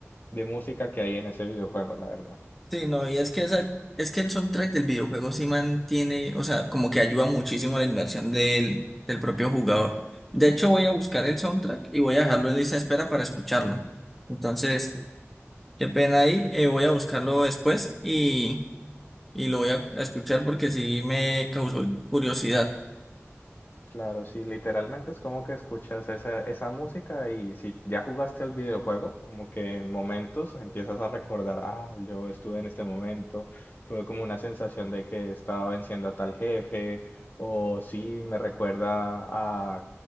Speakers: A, on the left; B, in the centre.
A: de música que hay en ese videojuego, la verdad.
B: Sí, no, y es que esa, es que el soundtrack del videojuego sí mantiene, o sea, como que ayuda muchísimo a la inmersión del, del propio jugador. De hecho, voy a buscar el soundtrack y voy a dejarlo en lista de espera para escucharlo. Entonces,
A: Sí.
B: qué pena ahí. eh, voy a buscarlo después y, y lo voy a a escuchar porque sí me causó curiosidad.
A: Claro, sí, literalmente es como que escuchas esa, esa música y si ya jugaste al videojuego, como que en momentos empiezas a recordar, ah, yo estuve en este momento, fue como una sensación de que estaba venciendo a tal jefe, o sí, me recuerda a,